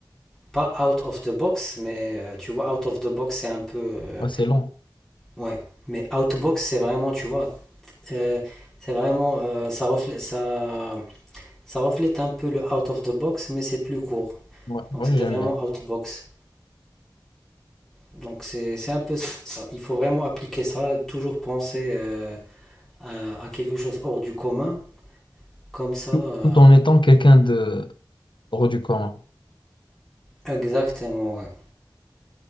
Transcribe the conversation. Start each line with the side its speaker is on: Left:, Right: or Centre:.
Centre: Pas Out of the Box, mais euh, tu vois, Out of the Box, c'est un peu. euh,
Left: Ouais, c'est long.
Centre: ouais. Mais Outbox, c'est vraiment, tu vois, Euh, c'est vraiment, euh, ça reflète, ça, ça reflète un peu le out of the box, mais c'est plus court.
Left: Ouais,
Centre: Donc
Left: ouais,
Centre: c'était
Left: j'aime
Centre: vraiment
Left: bien.
Centre: out box. Donc c'est, c'est un peu ça. Il faut vraiment appliquer ça, toujours penser euh, à, à quelque chose hors du commun, comme ça. euh,
Left: Tout, tout en étant quelqu'un de hors du commun.
Centre: exactement, ouais.